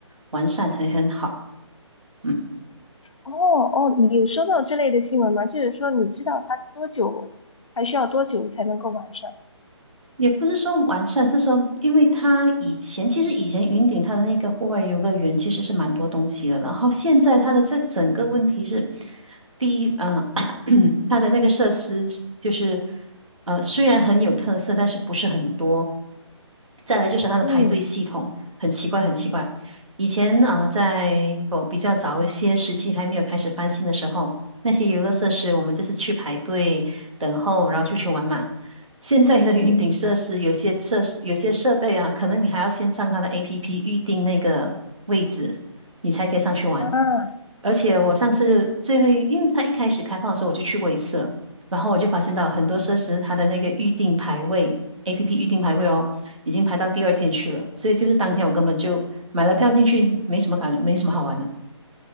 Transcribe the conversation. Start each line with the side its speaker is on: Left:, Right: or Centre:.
Right: 完善，还很好。嗯。
Left: 哦哦，你有收到这类的新闻吗？就是说，你知道它多久，还需要多久才能够完善？
Right: 也不是说完善，是说因为它以前其实以前云顶它的那个户外游乐园其实是蛮多东西的，然后现在它的这整个问题是，第一，呃，<coughs> <clears throat> 它的那个设施就是呃虽然很有特色，但是不是很多。再来就是它的排队系统很奇怪，
Left: 嗯
Right: 很奇怪。以前啊、在我比较早一些时期还没有开始翻新的时候，那些游乐设施我们就是去排队等候，然后就去玩嘛。现在的云顶设施有些设施有些设备啊，
Left: 嗯，
Right: 可能你还要先上它的 APP 预定那个位置，你才可以上去玩。
Left: 啊，
Right: 而且我上次最后一因为它一开始开放的时候我就去过一次了，然后我就发现到很多设施它的那个预定排位 APP 预定排位哦，已经排到第二天去了，所以就是当天我根本就买了票进去，没什么感，没什么好玩的